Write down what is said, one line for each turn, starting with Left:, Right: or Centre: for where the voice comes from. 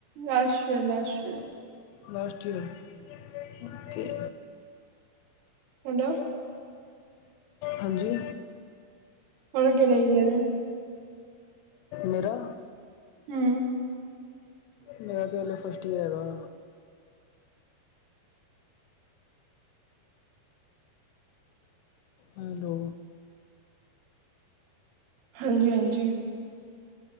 Right: ਲਾਸਟ ਈਰ ਲਾਸਟ ਈ
Left: ਲਾਸਟ ਈਅਰ ਓਕੇ
Right: ਹੈਨਾ <unintelligible>
Left: ਹਾਂਜੀ।
Right: ਤੁਆਦਾ ਕਿਹੜਾ <unintelligible> ਈਅਰ ਏ
Left: ਮੇਰਾ
Right: ਹੁੰ
Left: ਮੇਰਾ ਤੇ ਹਲੇ ਫਸਟ ਈਅਰ ਹੈਗਾ ਹੈਲੋ
Right: ਹਾਂਜੀ, ਹਾਂਜੀ